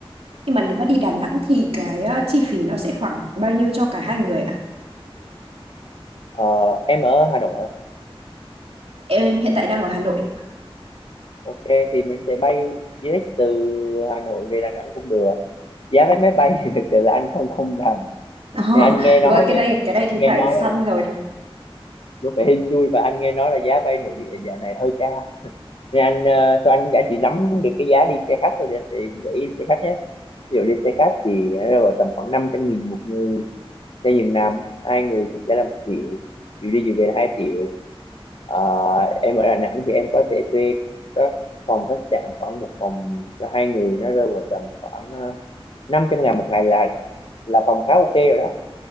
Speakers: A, on the right (about 75°); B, on the left (about 65°).
A: nhưng mà nếu mà đi Đà Nẵng thì cái ờ, chi phí nó sẽ khoảng bao nhiêu cho cả hai người ạ
B: Ờ, em ở Hà Nội hả
A: em em hiện tại đang ở Hà Nội
B: ok thì mình có thể bay direct từ Hà Nội về Đà Nẵng cũng được giá vé máy bay <laughs> thì thực sự là anh không không rành
A: <laughs> Ờ,
B: thì anh nghe nói
A: đúng rồi cái
B: nhé
A: đây cái này thì
B: nghe
A: phải
B: nói
A: săn
B: là
A: rồi
B: đúng phải hên xui và anh nghe nói là giá bay nội địa dạo này hơi cao thì anh ờ, thôi anh anh chỉ nắm được cái giá đi xe khách thôi thì anh sẽ gợi ý xe khách nhé ví dụ đi xe khách thì nó rơi vào tầm khoảng 500 nghìn một người cho giường nằm hai người thì sẽ là một triệu chiều đi chiều về là hai triệu Ờ, em ở Đà Nẵng thì em có thể thuê các phòng khách sạn khoảng một phòng cho hai người nó rơi vào tầm khoảng ờ, 500 ngàn một ngày là là phòng khá ok rồi đó